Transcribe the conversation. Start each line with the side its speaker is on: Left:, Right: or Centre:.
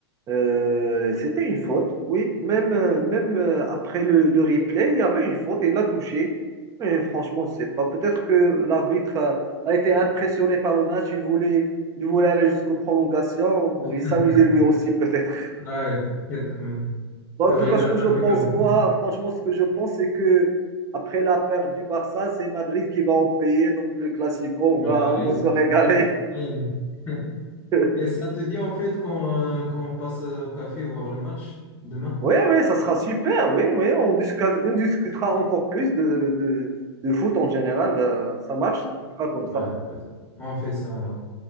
Right: Euh, c'était une faute, oui. Même, euh, même euh, après le, le replay, il y avait une faute, il l'a touché. Mais franchement, je sais pas. Peut-être que l'arbitre a, a été impressionné par le match, il voulait, il voulait aller jusqu'aux prolongations,
Left: <laughs>
Right: il s'amusait lui aussi peut-être.
Left: Ouais, peut-être, mais-
Right: Bon,
Left: car
Right: en tout cas,
Left: il
Right: ce
Left: a
Right: que
Left: la
Right: je
Left: meilleure
Right: pense, moi,
Left: vue.
Right: franchement, ce que je pense, c'est que après la perte du Barça, c'est Madrid qui va en payer. Donc, le Classico, on va,
Left: Ouais,
Right: on va se régaler.
Left: il- <laughs>
Right: <laughs>
Left: Et ça te dit en fait qu'on euh, qu'on passe au café voir le match demain?
Right: Oui, oui, ça sera super. Oui, oui, on discutera, on discutera encore plus de, de, de foot en général. Ben, ça marche, on fera comme ça.
Left: Ouais, vas-y. on fait ça alors.